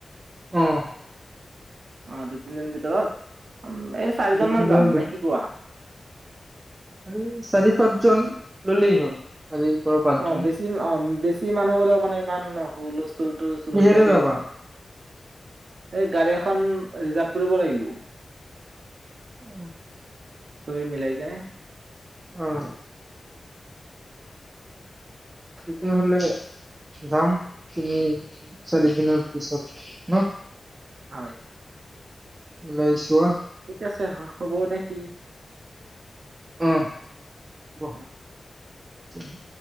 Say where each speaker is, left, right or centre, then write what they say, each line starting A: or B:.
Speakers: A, on the right; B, on the right.
A: অহ
B: অ দুইতিন দিন ভিতৰত এম চাৰিজন
A: দুই তিনিজনৰ
B: মান যাম নে কি কোৱা
A: আৰে চাৰি পাঁচজন ললেই হ'ল চাৰিৰ পৰা পাঁচজন
B: অ বেছি অ বেছি মানুহ গলেও মানে ইমান হুলুস্থুল হুলুস্থুল
A: কিহেৰে
B: হৈ থাকে।
A: যাবা
B: সেই গাড়ী এখন ৰিজাৰ্ভ কৰিব লাগিব
A: <inaudible>
B: তুমি মিলাই কেনে
A: আহ তেতিয়াহলে যাম তিনি চাৰি
B: অ
A: দিনৰ পিছত ন
B: হয়।
A: মেইছোৱা
B: ঠিক আছে হ হ'ব নে কি
A: অহ ব
B: অ
A: <inaudible>